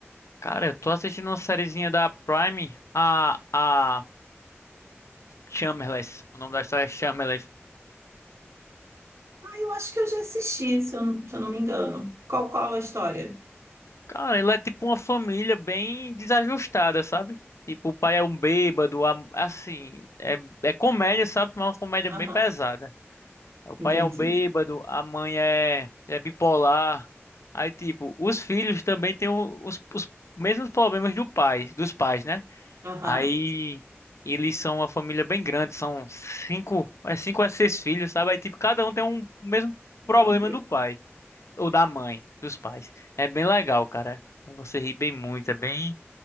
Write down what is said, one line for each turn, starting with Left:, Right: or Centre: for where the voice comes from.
Left: Cara, eu tô assistindo uma sériezinha da Prime, a, a Shameless. O nome da história é Shameless.
Right: Ah, eu acho que eu já assisti, se eu, não- se eu não me engano. Qual, qual a história?
Left: Cara, ele é tipo uma família bem desajustada, sabe? Tipo, o pai é um bêbado, a- assim, é, é comédia, sabe? Mas é uma comédia
Right: Aham,
Left: bem pesada. O pai
Right: entendi.
Left: é um bêbado, a mãe é, é bipolar. Aí, tipo, os filhos também têm o- os, os mesmos problemas do pai, dos pais, né?
Right: Aham.
Left: Aí, eles são uma família bem grande, são cinco, é cinco a seis filhos, sabe? Aí, tipo, cada um tem um mesmo
Right: Uhum.
Left: problema do pai. Ou da mãe, dos pais. É bem legal, cara. Você ri bem muito, é bem